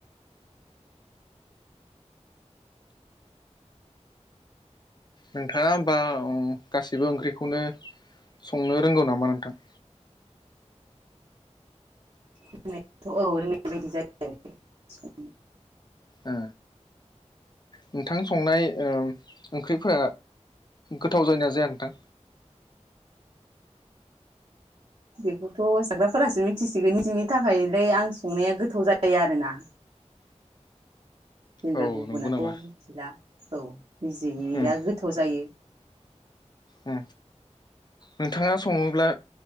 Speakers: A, on the left (about 35°); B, on the right (about 55°).
A: नोंथाङा होमबा गासिबो ओंख्रिखौनो संनो रोंगौ नामा नोंथां?
B: रोंनायाथ' औ रोंनाय बायदि जायो आरो स
A: ओ नोंथां संनाय ओंख्रि फोर गोथाव जायोनाया जाया नोंथां
B: बेखौथ' जाग्राफोरासो मिथिसिगोन बिनि थाखायलाय आं संनाया गोथाव जायो आरोोना जेनेबा
A: औ
B: गुबुनाथ'
A: नंगौ नामा
B: मिथिला औ बिजजिया
A: उम
B: गोथाव जायो।
A: उम नोंथाङा सङोब्ला